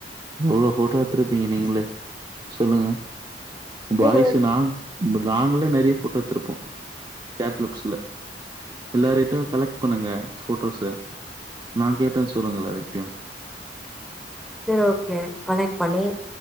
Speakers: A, on the right (about 25°); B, in the centre.
A: எவ்ளோ போட்டோ எத்துருப்பீங்க நீங்ளே சொல்லுங்க
B: சரி
A: பாய்ஸுனா நாங்குளே நறிய போட்டோ எத்துருப்போ கேட்லப்ஸுல எல்லாரிட்யு கலெக்ட் பண்ணுங்க போட்டோஸு நா கேட்டே சொல்லுங்க எல்லாருகிட்யு
B: சேர் ஓகே கலைட் பண்ணி